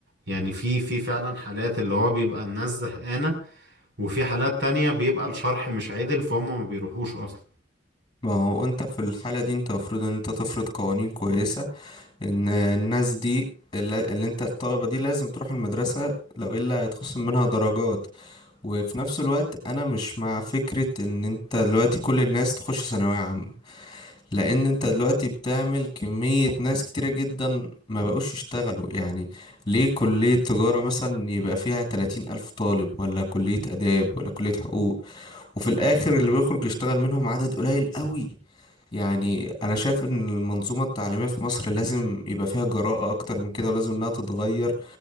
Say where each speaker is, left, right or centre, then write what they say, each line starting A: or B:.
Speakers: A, on the right; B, on the left.
A: يعني في في فعلا حالات اللي هو بيبقى الناس زهقانة وفي حالات تانية بيبقى الشرح مش عادل فهم ما بيروحوش أصلا
B: ما هو انت في الحالة دي انت المفروض ان انت تفرض قوانين كويسة ان الناس دي اللي اللي انت الطلبة دي لازم تروح المدرسة لو الا هيتخصم منها درجات وفي نفس الوقت انا مش مع فكرة ان انت دلوقتي كل الناس تخش ثانوية عامة لان انت دلوقتي بتعمل كمية ناس كتيرة جدا ما بقوش يشتغلوا يعني ليه كلية تجارة مثلا يبقى فيها تلاتين الف طالب ولا كلية اداب ولا كلية حقوق وفي الاخر اللي بيخرج يشتغل منهم عدد قليل قوي يعني انا شايف ان المنظومة التعليمية في مصر لازم يبقى فيها جراءة اكتر من كده ولازم انها تتغير